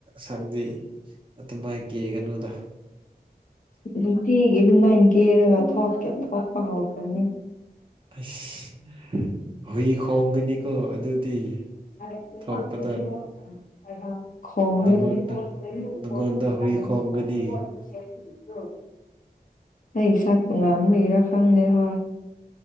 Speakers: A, on the right (about 30°); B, on the left (about 55°).
A: ꯁꯪꯗꯤ ꯑꯗꯨꯃꯥꯏ ꯀꯦꯒꯅꯨꯗ
B: ꯅꯨꯡꯇꯤꯒꯤ ꯑꯗꯨꯃꯥꯏꯅ ꯀꯦꯔꯒ ꯊꯣꯛꯀ‌ꯦ ꯊ‌ꯣꯛꯄ ꯍꯧꯒꯅꯤ
A: ꯑꯁ ꯍꯨꯏ ꯈꯣꯡꯒꯅꯤꯀꯣ ꯑꯗꯨꯗꯤ
B: ꯈ‌ꯣꯡꯒꯅꯤ
A: ꯊꯣꯛꯄꯗ ꯅꯪꯉꯣꯟꯗ
B: <inaudible>
A: ꯅꯪꯉꯣꯟꯗ ꯍꯨꯏ ꯈꯣꯡꯒꯅꯤ
B: ꯑꯩ ꯏꯁꯛ ꯇꯣꯉꯥꯟꯕꯒꯤꯔꯥ ꯈꯪꯗꯦ ꯍꯣꯏ